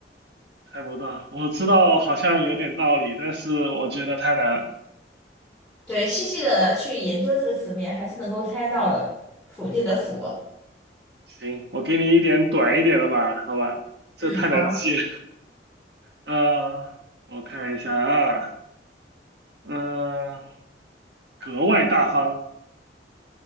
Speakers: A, on the right; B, in the centre.
A: 猜不到。我知道好像有点道理，但是我觉得太难了。
B: 对，细细的去研究这个词面，还是能够猜到的。府地的府，
A: 嗯，行，我给你一点短一点的吧，好吧，这太难记了。
B: 嗯，好，
A: 呃，我看一下啊，嗯、格外大方。